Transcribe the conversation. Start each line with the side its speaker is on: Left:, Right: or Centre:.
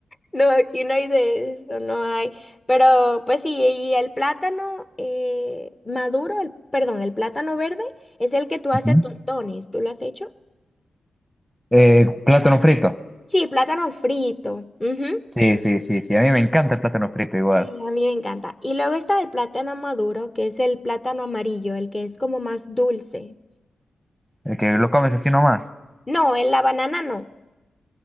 Left: No, aquí no hay de eso, no hay. Pero pues sí, y el plátano eh, maduro, el, perdón, el plátano verde es el que tú haces
Centre: Ujú.
Left: tostones.
Centre: <laughs>
Left: ¿Tú lo has hecho?
Centre: Eh, plátano frito.
Left: Sí, plátano frito. Ujú.
Centre: Sí, sí, sí, sí, a mí me encanta el plátano frito igual.
Left: Sí, a mí me encanta. Y luego está el plátano maduro, que es el plátano amarillo, el que es como más dulce.
Centre: El que lo comes así nomás.
Left: No, en la banana no.